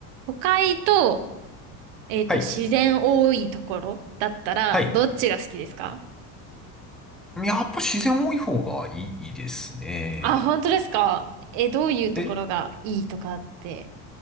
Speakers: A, on the right (about 65°); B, in the centre.
A: 都会と、えっと、
B: はい。
A: 自然多いところだったら、
B: はい。
A: どっちが好きですか
B: やっぱ自然多い方がいい、いいですね。
A: あ、本当ですかえ、どういうところがいいとかって。
B: え、